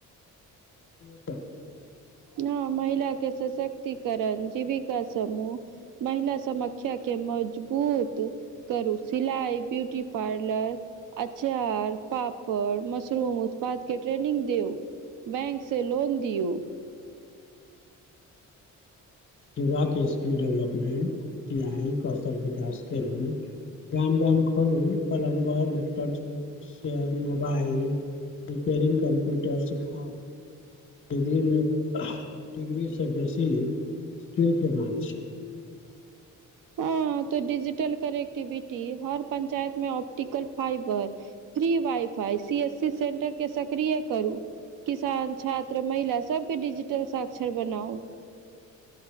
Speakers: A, on the left; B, on the right.
A: <unintelligible>
B: हँ, महिला के सशक्तिकरण, जीविका समूह महिला समाख्या के मजबूत करू, सिलाइ, ब्यूटी पार्लर अचार, पापड़, मशरूम उत्पाद के ट्रेनिंग दौ। बैंक से लोन दियौ।
A: चवा के skill development, I T I कौशल विकास केन्द्र गाम गाम खोलू, पलम्बर, इलेक्ट्रानिक्स शेयर, मोबाइल रिपेरिंग, कम्प्यूटर सिखाउ। डिग्रीमे डिग्रीसँ बेसी स्किल के मांग छै।
B: हँ, त डिजिटल कनेक्टिविटी हर पंचायत में optical fibre free wifi, C S C सेन्टरके सक्रिय करू। किसान, छात्र, महिला, सबके डिजिटल साक्षर बनाउ।